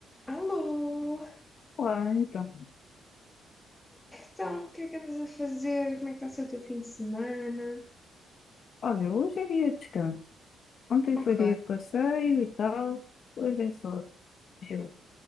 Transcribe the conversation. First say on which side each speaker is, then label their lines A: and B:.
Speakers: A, on the left; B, on the left.
A: Alô!
B: Olá, então.
A: Então, o que é que andas a fazer? Como é que está a ser o teu fim de semana?
B: Olha, hoje é dia de descanso. Ontem
A: Ok.
B: foi dia de passeio e tal. Hoje é só eu